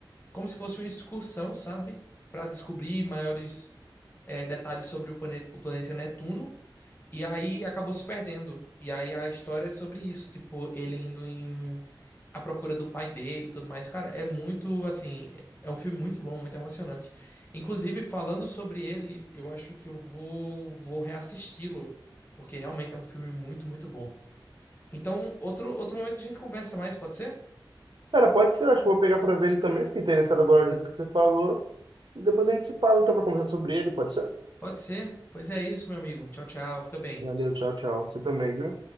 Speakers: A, on the left; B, on the right.
A: Como se fosse uma excursão, sabe? Pra descobrir maiores eh, detalhes sobre o planeta, o planeta Netuno. E aí acabou se perdendo. E aí a história é sobre isso, tipo, ele indo em a procura do pai dele e tudo mais. Cara, é muito, assim, é um filme muito bom, muito emocionante. Inclusive, falando sobre ele, eu acho que eu vou, vou reassisti-lo, porque realmente é um filme muito, muito bom. Então, outro, outro momento a gente conversa mais, pode ser?
B: Cara, pode ser, acho que eu vou pegar pra ver ele também. Fiquei interessado agora do jeito que você falou. Depois a gente se fala então pra conversar sobre ele, pode ser?
A: Pode ser. Pois é isso, meu amigo. Tchau, tchau. Fica bem.
B: Valeu, tchau, tchau. Você também, viu?